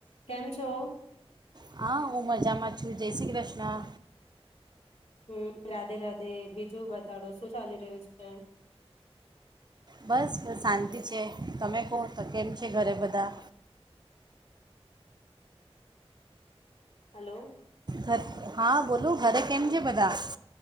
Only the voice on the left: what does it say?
કેમ છો?
હમ રાધે રાધે બીજું બ બતાડો શું ચાલી રહ્યું છે?
હલો